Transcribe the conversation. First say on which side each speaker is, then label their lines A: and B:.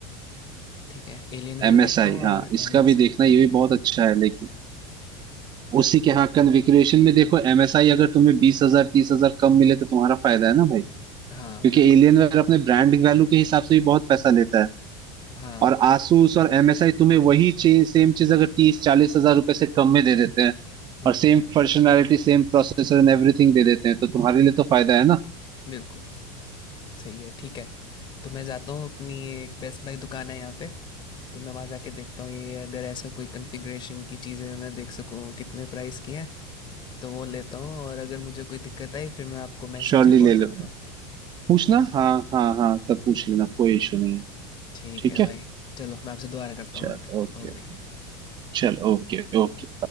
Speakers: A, on the left; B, on the right.
A: ठीक है एलियनवेयर
B: msi
A: देखता हूँ
B: हाँ
A: और
B: इसका
A: एम एस
B: भी देखना
A: आई
B: ये
A: ठीक
B: भी बहुत
A: है
B: अच्छा है लेकिन उसी के हाँ कन्फिग्रेशन में देखो एमएसआई अगर तुम्हें बीस हजार तीस हजार कम मिले तो तुम्हारा फायदा है ना भाई
A: हाँ
B: क्योंकि
A: बिल्कुल
B: एलियनवेयर अपने ब्रांड वैल्यू के हिसाब से भी बहुत पैसा लेता है
A: हाँ
B: और आसूस और एमएसआई तुम्हें वही चीज सेम चीज अगर तीस चालीस हजार रुपए से कम में दे देते हैं
A: हम्म
B: और same functionality same processor and everything दे देते हैं तो तुम्हारे लिए तो फायदा है ना
A: बिल्कुल सही है ठीक है तो मैं जाता हूँ अपनी एक बेस्ट बाय दुकान है यहाँ पे तो मैं वहाँ जाके देखता हूँ ये अगर ऐसा कोई कन्फिग्रेशन की चीज़ें मैं देख सकूँ कितने प्राइस की हैं तो वो लेता हूँ और अगर मुझे कोई दिक्कत आई फिर मैं आपको मैसेज
B: श्योरली
A: या कॉल
B: ले लो
A: करता हूँ
B: पूछना हाँ हाँ हाँ तब पूछ लेना कोई इशू नहीं है।
A: ठीक
B: ठीक
A: है
B: है
A: भाई चलो मैं आपसे दोबारा करता
B: चल
A: हूँ बात
B: ओके
A: ओके
B: चल ओके ओके